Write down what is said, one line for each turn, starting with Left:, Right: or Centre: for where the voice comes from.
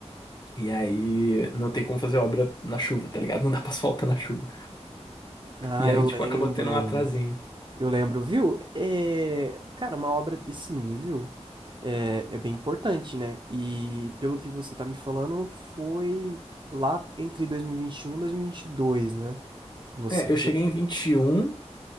Left: E aí não tem como fazer obra na chuva, tá ligado? Não dá pra asfaltar na chuva.
Right: Ah,
Left: E
Right: eu
Left: aí, tipo,
Right: lembro.
Left: acabou tendo um atrasinho.
Right: Eu lembro, viu? É, cara, uma obra desse nível é, é bem importante, né? E pelo que você tá me falando, foi lá entre 2021 e 2022, né? Que você
Left: É,
Right: fez.
Left: eu cheguei em 21,